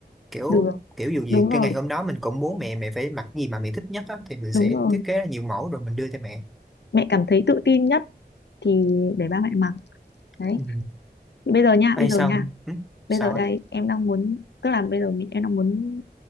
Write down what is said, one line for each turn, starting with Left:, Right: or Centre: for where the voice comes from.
Centre: kiểu
Left: được
Centre: kiểu dù gì
Left: đúng rồi
Centre: cái ngày hôm đó mình cũng muốn mẹ mẹ phải mặc gì mà mẹ thích nhất á thì mình
Left: đúng
Centre: sẽ
Left: rồi
Centre: thiết kế ra nhiều mẫu rồi mình đưa cho mẹ
Left: mẹ cảm thấy tự tin nhất thì để ba mẹ mặc đấy
Centre: ừ.
Left: thì bây giờ nha
Centre: ai
Left: bây giờ
Centre: xong
Left: nha
Centre: ừ.
Left: bây
Centre: sao
Left: giờ đây
Centre: á
Left: em đang muốn tức là bây giờ mình em đang muốn